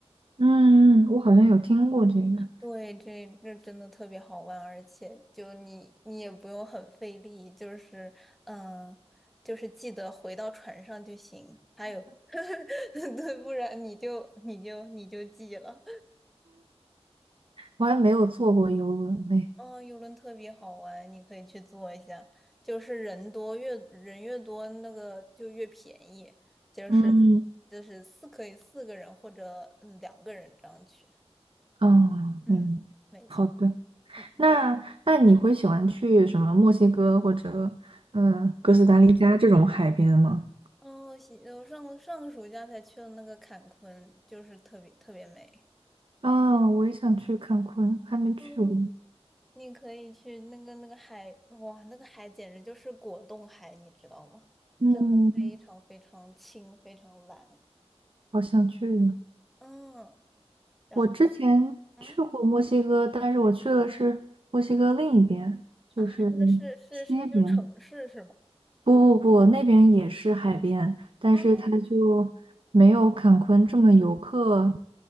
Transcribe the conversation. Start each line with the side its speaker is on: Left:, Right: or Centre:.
Right: 嗯，我好像有听过这个，
Centre: 对，这这真的特别好玩，而且就你你也不用很费力，就是嗯、呃就是记得回到船上就行。还有。<laughs> 对，不然你就你就你就记了。
Right: 我还没有坐过游轮嘞。
Centre: 嗯，游轮特别好玩，你可以去坐一下。就是人多越人越多，那个就越便宜。就是就是四可以四个人或者嗯两个人这样去。
Right: 嗯，哦，
Centre: 嗯，
Right: 明白。
Centre: 没错。
Right: 好的，
Centre: 嗯嗯。
Right: 那那你会喜欢去什么墨西哥或者嗯呃哥斯达黎加这种海边吗？
Centre: 哦，西我上上个暑假才去了那个坎昆，就是特别特别美。
Right: 啊，我也想去看昆，还没去过。
Centre: 嗯，你可以去那个那个海，哇，那个海简直就是果冻海，你知道吗？
Right: 嗯，
Centre: 非常非常轻，非常蓝，
Right: 好想去啊。
Centre: 嗯，然后
Right: 我之前去过墨西哥，
Centre: 嗯
Right: 但是我去的是墨西哥另一边，就是
Centre: 啊，那是是是就城市是吗？
Right: 西边。不不不，那边也是海边，但是它就没有坎昆这么游客，
Centre: 哦